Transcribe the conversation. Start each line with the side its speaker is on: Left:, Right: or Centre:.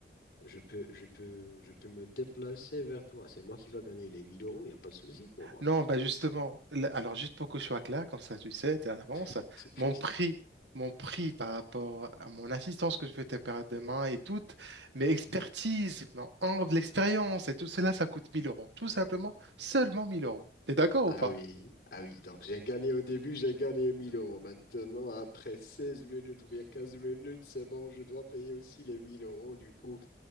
Left: je peux, je peux, je peux me déplacer vers toi. C'est moi qui va gagner les 1000 euros, il n'y a pas de souci pour moi.
Right: Non, bah justement, là- alors juste pour que je sois clair, comme ça tu sais d'avance,
Left: <laughs>
Right: mon prix, mon prix par rapport à mon assistance que je vais te faire demain et toutes mes expertises,
Left: Oui.
Right: mon angle, l'expérience et tout cela, ça coûte 1000 euros. Tout simplement, seulement 1000 euros. T'es d'accord
Left: Ah
Right: ou pas?
Left: oui, ah oui, donc j'ai gagné au début, j'ai gagné 1000 euros. Maintenant, après 16 minutes ou bien 15 minutes, c'est bon, je dois payer aussi les 1000 euros. Du coup,